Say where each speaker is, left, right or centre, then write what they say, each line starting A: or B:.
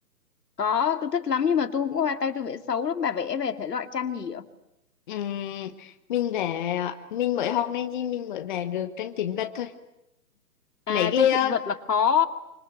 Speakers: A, on the left; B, on the left.
A: có tôi thích lắm nhưng mà tôi cũng hoa tay tôi vẽ xấu lắm bà vẽ về thể loại tranh gì ạ
B: ừ, mình vẽ mình mới học nên gì mình mới vẽ được tranh tĩnh vật thôi
A: à
B: mấy cái
A: tranh thực
B: à,
A: vật là khó